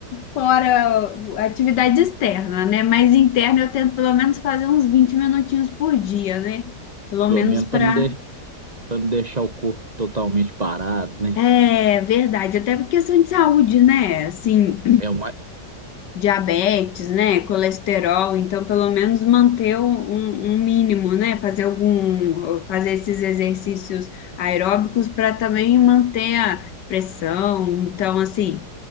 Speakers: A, on the left; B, on the right.
A: fora atividade externa, né? Mas interna eu tento pelo menos fazer uns 20 minutinhos por dia, né? Pelo
B: pelo
A: menos
B: menos
A: para.
B: para não, de, pra não deixar o corpo totalmente parado, né?
A: É verdade, até por questão de saúde, né? Assim,
B: É o mais,
A: diabetes, né? Colesterol, então pelo menos manter um, um um mínimo, né? Fazer algum, fazer esses exercícios aeróbicos para também manter a pressão. Então, assim,